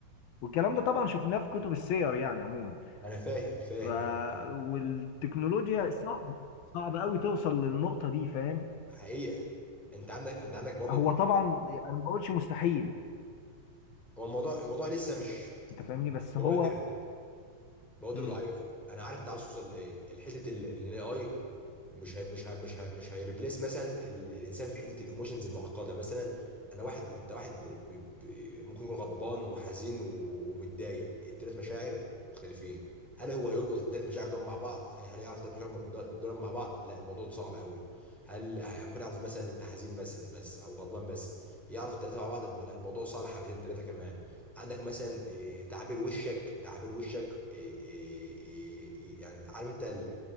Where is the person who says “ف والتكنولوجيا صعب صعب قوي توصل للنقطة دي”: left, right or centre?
Left